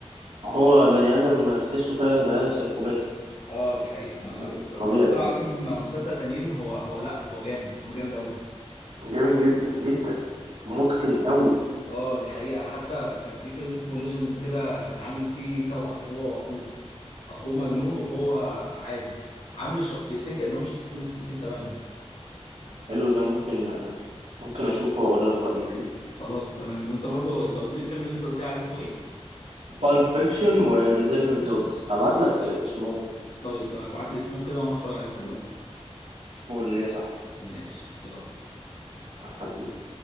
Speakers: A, on the right; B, on the left.
A: هو بني ادم تحسه فعلا بني ادم سايكوباتي
B: اه دي حقيقه انا
A: مش
B: اتفرجت
A: طبيعي
B: له
A: يعني
B: على كام مسلسل تانيين هو هو لا هو جامد هو جامد قوي
A: جامد جدا جدا متقن قوي
B: اه دي حقيقه حتى كان في فيلم اسمه ليجند كده كان عامل فيه توأم هو واخوه اخوه مجنون وهو عادي عامل الشخصيتين كأنهم شخصيتين مختلفين تماما
A: حلو ده ممكن ممكن اشوفه واقول لك رايي فيه
B: خلاص تمام وانت برضو انت قلت لي الفيلم اللي انت قلت لي عليه اسمه ايه
A: بالب فيكشن وريزيرف دوجز هبعت
B: خلاص
A: لك اسمهم
B: طيب تمام ابعت لي اسمهم كده وانا هتفرج عليهم دلوقتي
A: قول لي يا صاحبي
B: ماشي يلا
A: حبيبي